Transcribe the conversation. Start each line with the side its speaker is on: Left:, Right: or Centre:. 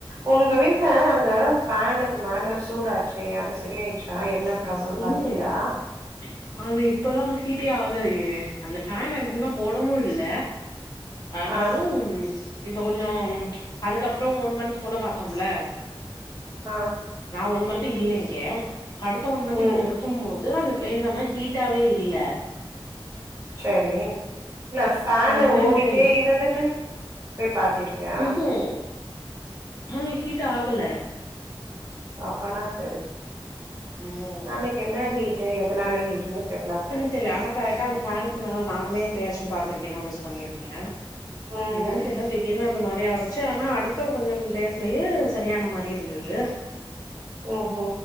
Right: உங்க வீட்ல அங்க ஃபேனுக்கு மேல சூடாச்சே அது சரியாயிர்ச்சா என்ன
Left: செய்யி
Right: ப்ராப்ளம் பாத்துட்டியா
Left: அது இப்பதா ஹீட்டே ஆகலையே அந்த ஃபேன் அதிகமா போடவு இல்ல ஆனாலும்
Right: ஆ
Left: இப்ப கொஞ்சோம் அதுக்கப்றோ ஒன் மன்த் போல பாத்தோம்ல
Right: ஆ
Left: நா ஒன் மன்த் இல்ல இங்க ட்டா ஒன் மன்த்
Right: ம்
Left: இங்க இருக்கும்போது அந்த பிளேஸ் ஆனா ஹீட்டாவே இல்ல
Right: சேரி இல்ல ஃபேனு
Left: அது என்னன்
Right: ஓடிட்டே
Left: தெர்ல
Right: இருந்துட்டு போய் பாத்திருக்கியா
Left: ம் ஹும் ஹீட்டாகல
Right: அப்பனா செரி
Left: ம்
Right: அன்னக்கி என்ன ஹீட்டு எதனால ஹீட்டுனே தெர்லப்போ
Left: த்தில்ல ஆனா கரெக்டா அந்த ஃபேனுக்கு மேல நானுமே எப்பயாச்சு பாத்திருக்கே நோட்டீஸ் பண்ணிருக்கே
Right: ம்
Left: என்னன் தெர்ல திடீர் னு அந்த மாரி ஆரம்ச்சு ஆனா அடுத்த கொஞ்சோ டேஸ்லயே சரியான மாரி இருந்தது
Right: ஓ ஹோ